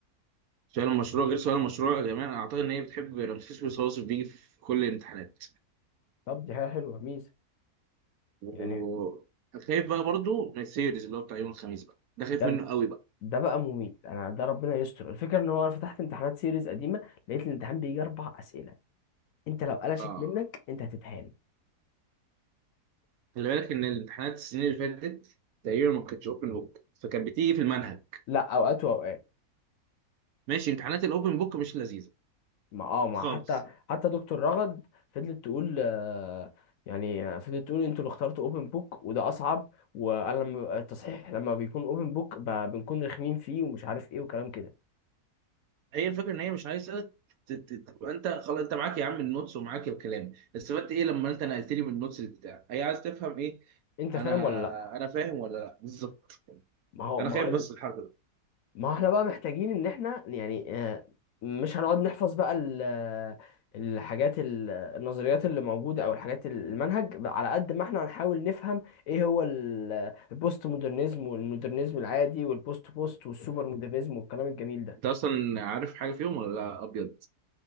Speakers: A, on the right; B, on the left.
A: سؤال المشروع غير سؤال المشروع يا جماعه انا اعتقد ان هي بتحب رمسيس والصواصف بيجي في كل الامتحانات
B: طب دي حاجة حلوة ميزة
A: وخايف
B: يعني
A: بقى برضو من السيريز اللي هو بتاع يوم الخميس بقى ده خايف
B: ده
A: منه قوي بقى
B: ده بقى مميت انا ده ربنا يستر الفكرة ان هو انا فتحت امتحانات سيريز قديمة لقيت الامتحان بيجي اربع اسئلة انت لو قلشت
A: اه
B: منك انت هتتهان
A: خلي بالك ان الامتحانات السنين اللي فاتت تقريبا ما كانتش اوبن بوك فكانت بتيجي في المنهج
B: لا اوقات واوقات
A: ماشي امتحانات الاوبن بوك مش لذيذه
B: ما اه ما
A: خالص
B: حتى حتى دكتور رغد فضلت تقول آه، يعني آه، فضلت تقول انتوا اللي اخترتوا اوبن بوك وده اصعب وانا لما ببقى- التصحيح لما بيكون اوبن بوك بنكون رخمين فيه ومش عارف ايه وكلام كده
A: هي الفكره ان هي مش عايزه ت- ت- تبقى انت خلاص انت معاك يا عم النوتس ومعاك الكلام استفدت ايه لما انت نقلت لي من النوتس بتاعك هي عايز تفهم ايه
B: انت
A: انا
B: فاهم ولا لا
A: انا فاهم ولا لا بالظبط
B: ما هو
A: انا
B: ما
A: خايف
B: هو
A: بس الحركه دي
B: ما احنا بقى محتاجين ان احنا يعني آه، مش هنقعد نحفظ بقى ال- آه، الحاجات ال- النظريات اللي موجودة او الحاجات المنهج على قد ما احنا هنحاول نفهم ايه هو ال- آه، البوست مودرنزم والمودرنزم العادي والبوست بوست والسوبر مودرنزم والكلام الجميل ده
A: انت اصلا عارف حاجه فيهم ولا لا ابيض